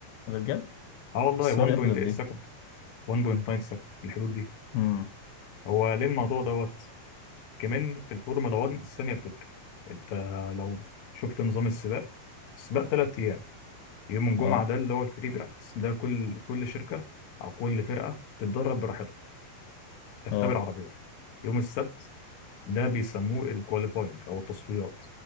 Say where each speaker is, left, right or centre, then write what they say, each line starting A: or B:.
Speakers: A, on the left; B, on the left.
A: ده بجد
B: اه والله
A: السؤال
B: 1.8
A: ياخد قد ايه
B: سكند 1.9 سكند في الحدود دي
A: امم
B: هو ليه الموضوع دوت كمان في الفورمولا 1 الثانية بتفرق انت لو شفت نظام السباق السباق ثلاث ايام يوم الجمعة
A: اه
B: ده اللي هو البري براكتس ده كل كل شركة او كل فرقة تتدرب براحتها تختبر
A: اه
B: عربياتها يوم السبت ده بيسموه الكواليفاينج او التصفيات